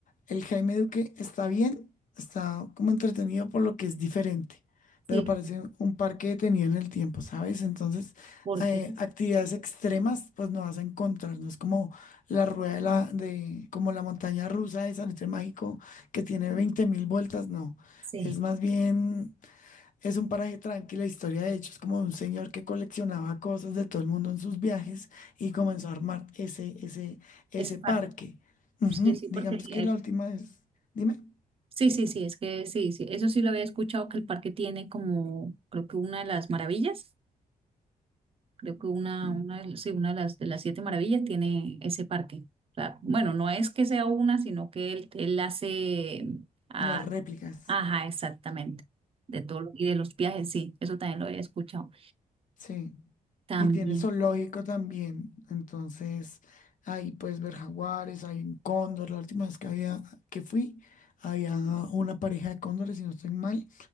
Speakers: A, on the left; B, on the right.
A: el Jaime Duque está bien, está como entretenido por lo que es diferente,
B: sí,
A: pero parece un parque detenido en el tiempo, ¿sabes? Entonces
B: porque,
A: eh, actividades extremas, pues no vas a encontrar, no es como la rueda de la, de, como la montaña rusa de Salitre Mágico que tiene veinte mil vueltas, no.
B: sí,
A: Es más bien, es un paraje tranquilo, la historia de hecho es como de un señor que coleccionaba cosas de todo el mundo en sus viajes y comenzó a armar ese, ese, ese
B: esa parte,
A: parque. Ujú,
B: sí, sí,
A: Digamos
B: porque el-
A: que la última es, dime,
B: sí, sí, sí, es que sí, sí, eso sí lo había escuchado que el parque tiene como, creo que una de las maravillas Creo que una,
A: mm,
B: una, sí, una de las, de las siete maravillas tiene ese parque. O sea, bueno, no es que sea una, sino que él, él hace, ah,
A: las réplicas.
B: ajá, exactamente, de todo lo- y de los viajes, sí, eso también lo he escuchado.
A: Sí,
B: También,
A: y tiene zoológico también. Entonces, ahí puedes ver jaguares, hay un cóndor. La última vez que había que fui, había una pareja de cóndores, si no estoy mal,